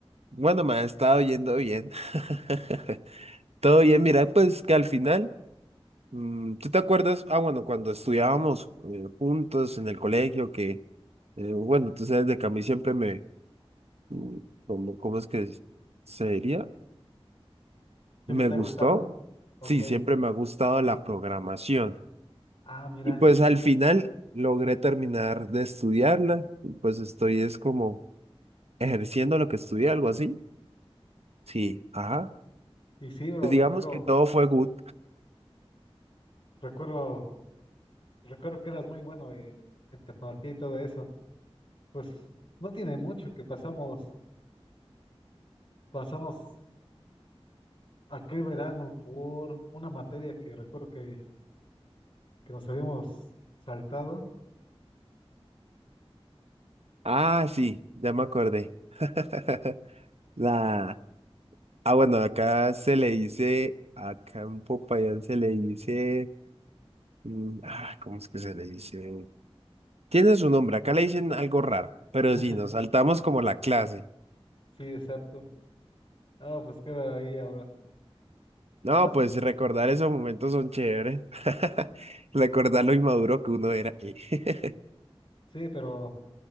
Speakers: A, on the right; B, on the left.
A: bueno, me ha estado yendo bien. <laughs> Todo bien, mira, pues que al final, mm, ¿tú te acuerdas? Ah, bueno, cuando estudiábamos eh, juntos en el colegio, que, eh, bueno, tú sabes de que a mí siempre me, mm, ¿cómo, cómo es que sería?
B: ¿Siempre
A: Me
B: te
A: gustó.
B: ha gustado? Ok.
A: Sí, siempre me ha gustado la programación.
B: Ah, mira.
A: Y pues al final logré terminar de estudiarla. Y pues estoy es como ejerciendo lo que estudié, algo así. Sí, ajá.
B: Y sí, bro,
A: Pues digamos
B: recuerdo,
A: que todo fue good.
B: recuerdo, recuerdo que eras muy bueno eh, en tecnología y todo eso. Pues no tiene mucho que pasamos, pasamos aquel verano por una materia que recuerdo que, que nos habíamos saltado.
A: Ah, sí, ya me acordé. <laughs> La... Ah, bueno, acá se le dice, acá en Popayán se le dice, mm, ah, ¿cómo es que se le dice? Tiene su nombre, acá le dicen algo raro, pero
B: <laughs>
A: sí, nos saltamos como la clase.
B: Sí, exacto. Ah, pues qué ahí ahora.
A: No,
B: Y más,
A: pues recordar esos momentos son chéveres. <laughs> Recordar lo inmaduro que uno era. <laughs>
B: sí, pero